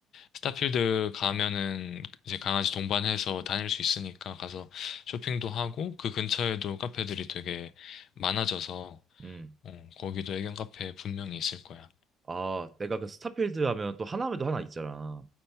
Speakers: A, on the left; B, on the right.
A: 스타필드 가면은 이제 강아지 동반해서 다닐 수 있으니까 가서 쇼핑도 하고 그 근처에도 카페들이 되게 많아져서
B: 음.
A: 어, 거기도 애견 카페 분명히 있을 거야.
B: 아 내가 그 스타필드 하면 또 하남에도 하나 있잖아.